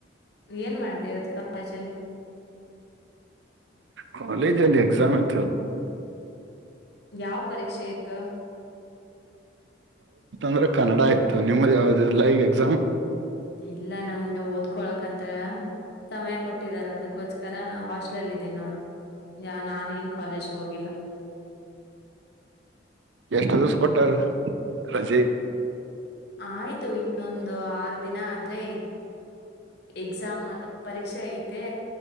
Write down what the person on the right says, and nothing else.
ಕಾಲಜ್ ಅಲ್ಲಿ ಎಕ್ಸಾಮ್ತತ
ಂದ್ರೆ ಕನ್ನಡ ಇತ್ತು ನಿಮ್ದ ಯಾವ್ದು ಲೈವ್ ಎಕ್ಸಾಮ್
ಎಷ್ಟು ದಿವಸ ಕೊಟ್ಟಾರ ರಜೆ